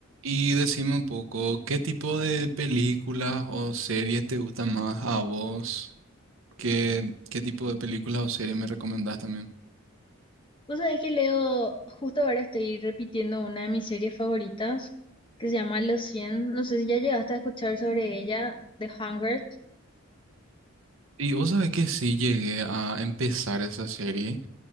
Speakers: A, on the right; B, on the left.
A: Y decime un poco, ¿qué tipo de películas o series te gustan más a vos? ¿Qué, qué tipo de películas o series me recomendás también?
B: Vos sabés que leo, justo ahora estoy repitiendo una de mis series favoritas que se llama Los cien No sé si ya llegaste a escuchar sobre ella, The Hunger.
A: Y vos sabés que sí llegué a empezar esa serie